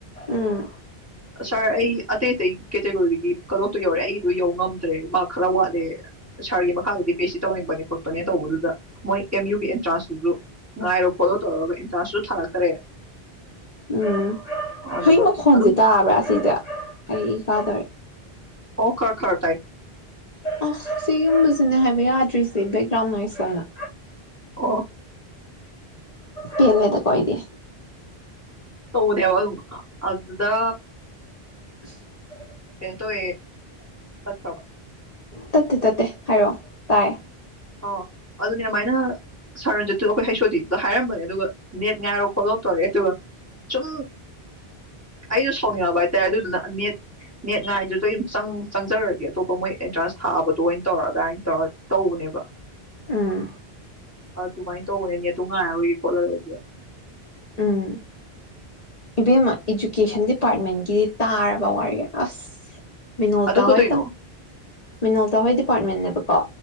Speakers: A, on the left; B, on the right.
A: ꯎꯝ
B: ꯁ ꯑꯩ ꯑꯇꯩꯇꯩ ꯀꯦꯇꯦꯒꯣꯔꯤꯒꯤ ꯀꯩꯅꯣꯇꯣ ꯌꯧꯔꯦ ꯑꯩꯒꯤꯗꯣ ꯌꯧ ꯉꯝꯗ꯭ꯔꯦ ꯃꯥ ꯈꯔ ꯋꯥꯠ ꯑꯗ ꯁꯥꯔꯒꯤ ꯃꯈꯥꯗꯗꯤ ꯄꯤ ꯑꯩꯆ ꯁꯤ ꯇꯧꯅꯤꯡꯕꯅꯦ ꯈꯣꯠꯄꯅꯦ ꯇꯧꯕꯗꯨꯗ ꯃꯣꯏ ꯑꯦꯝ ꯌꯨꯒꯤ ꯑꯦꯟꯇ꯭ꯔꯥꯟꯁꯇꯨꯁꯨ ꯉꯉꯥꯏꯔꯣ ꯐꯣꯂꯣ ꯇꯧꯔꯒ ꯑꯦꯟꯇ꯭ꯔꯥꯟꯁꯇꯨꯁꯨ ꯊꯥꯔꯛꯇꯔꯦ
A: ꯎꯝ
B: ꯑꯗꯨꯒ
A: ꯍꯌꯦ ꯃꯈꯣꯟꯁꯦ
B: ꯑꯗꯨꯝ
A: ꯇꯥꯕ꯭ꯔꯥ ꯑꯁꯤꯁ ꯑꯩ ꯏ ꯀꯥꯗꯧꯔꯤꯦ
B: ꯑꯣ ꯈꯔ ꯈꯔ ꯇꯥꯏ
A: ꯑ ꯁꯤꯒꯨꯝꯕꯁꯤꯅꯦ ꯍꯥꯏꯕ ꯌꯥꯗ꯭ꯔꯤꯁꯦ ꯕꯦꯛꯒ꯭ꯔꯥꯎꯟ ꯅꯣꯏꯁ ꯍꯥꯏꯅ
B: ꯑꯣ
A: ꯇꯂꯅꯦ ꯇ ꯀꯏꯗ
B: ꯇꯧꯅꯌꯥꯕ ꯑꯗꯨ ꯑꯗꯨꯗ
A: <inaudible>
B: ꯇꯣ ꯑꯦ ꯆ ꯈꯕ
A: ꯇꯠꯇꯦ ꯇꯠꯇꯦ ꯍꯥꯏꯔꯛꯑꯣ ꯇꯥꯏ
B: ꯑꯣ ꯑꯗꯨꯅꯦ ꯑꯗꯨꯃꯥꯏꯅ ꯁꯥꯔꯟꯖꯤꯠꯇꯨ ꯑꯩꯈꯣꯏ ꯍꯩꯁꯣꯗꯤꯤꯗꯨꯗ ꯍꯥꯏꯔꯝꯕꯅꯦ ꯑꯗꯨꯒ ꯅꯦꯠ ꯉꯥꯏꯔꯣ ꯈꯣꯠꯂꯣꯞ ꯇꯧꯔꯑꯦ ꯑꯗꯨꯒ ꯁꯨꯝ ꯑꯩꯁꯨꯣ ꯁꯥꯎꯅꯤꯡꯕ ꯍꯥꯏꯇꯥꯔꯦ ꯑꯗꯨꯗꯨꯅ ꯅꯦꯠ ꯅꯦꯠ ꯉꯥꯏꯗꯨꯗ ꯑꯩ ꯑꯗꯨ ꯆꯪ ꯆꯪꯖꯔꯒꯦ ꯑꯇꯣꯞꯄ ꯃꯣꯏ ꯑꯦꯟꯇ꯭ꯔꯥꯟꯁ ꯊꯥꯕꯗꯣ ꯑꯣꯏꯅ ꯇꯧꯔꯒ ꯑꯗꯨꯃꯥꯏꯅ ꯇꯧꯔ ꯇꯧꯕꯅꯦꯕ
A: ꯎꯝ
B: ꯑ ꯇꯨꯃꯥꯏ ꯇꯅꯤ ꯇꯨꯡꯉ ꯍꯥꯏꯕꯨꯣꯏ ꯀꯣꯂꯔ ꯑꯣꯏ
A: ꯎꯝ ꯏꯕꯦꯝꯃ ꯏꯗꯨꯨꯀꯦꯁꯟ ꯗꯤꯄꯥꯔꯠꯃꯦꯟꯒꯤꯗꯤ ꯇꯥꯔꯕ ꯋꯥꯔꯤ ꯑꯁ ꯃꯤꯅꯣꯇ
B: ꯑꯗꯨ ꯀꯩꯗꯣꯏꯅꯣ
A: ꯍꯣꯏ ꯇ ꯃꯤꯅꯣꯜꯇꯥ ꯍꯣꯏ ꯗꯤꯄꯥꯔꯠꯃꯟꯅꯦꯕꯀꯣ